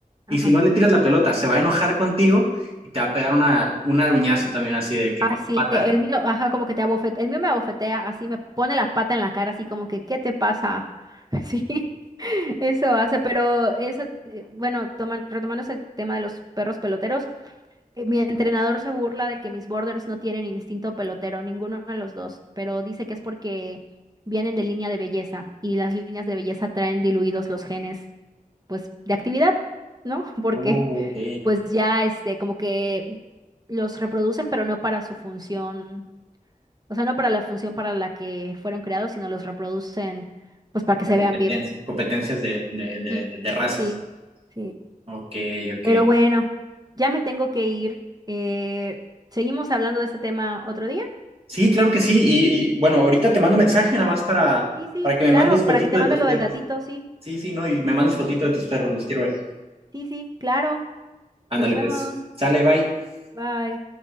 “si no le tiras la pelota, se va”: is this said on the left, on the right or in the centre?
Right